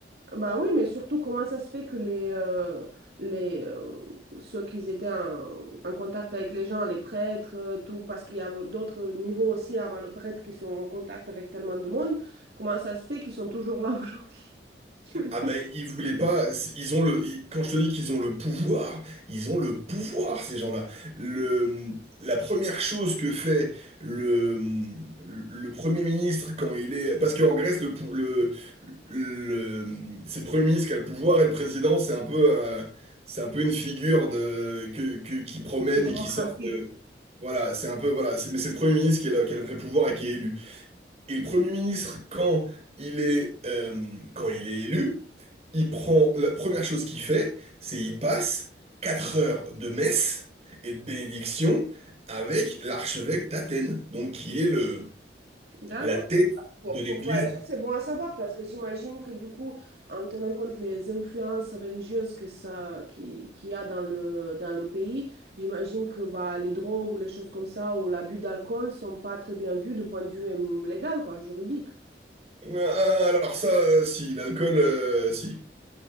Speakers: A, on the right (about 60°); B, on the right (about 40°).
A: Bah oui, mais surtout, comment ça se fait que les, euh, les, euh, ceux qui étaient en, en contact avec les gens, les prêtres, euh, tout, parce qu'il y a d'autres niveaux aussi avant le prêtre qui sont en contact avec tellement de monde, comment ça se fait qu'ils sont toujours là <laughs> aujourd'hui? Je me dis,
B: Ah ben, ils voulaient pas. Ils ont le. ils- quand je te dis qu'ils ont le pouvoir, ils ont le pouvoir, ces gens-là. Le, la première chose que fait le, le Premier ministre quand il est. Parce qu'en Grèce, le, pou- le, le- c'est le Premier ministre qui a le pouvoir et le président, c'est un peu, euh, c'est un peu une figure de, que, que- qui promène
A: la démocratie.
B: et qui sort de. Voilà, c'est un peu. Voilà, c'est, mais c'est le Premier ministre qui a, le- qui a le vrai pouvoir et qui est élu. Et le Premier ministre, quand il est, euh, quand il est élu il prend, la première chose qu'il fait, c'est il passe 4 heures de messe et de bénédiction avec l'archevêque d'Athènes, donc qui est le,
A: D'accord.
B: la tête
A: Pour,
B: de l'église.
A: pour voyager, c'est bon à savoir parce que j'imagine que du coup, en tenant compte les influences religieuses que ça, qui, qu'il y a dans le, dans le pays, j'imagine que bah, les drogues ou les choses comme ça ou l'abus d'alcool sont pas très bien vus du point de vue même légal, quoi, juridique.
B: Ah, Alors ça, euh, si, l'alcool, euh, si.